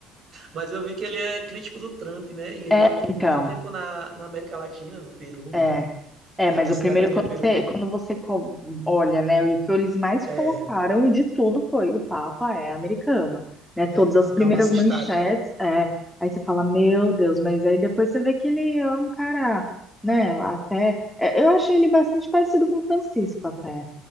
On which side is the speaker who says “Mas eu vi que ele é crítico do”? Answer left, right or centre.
Right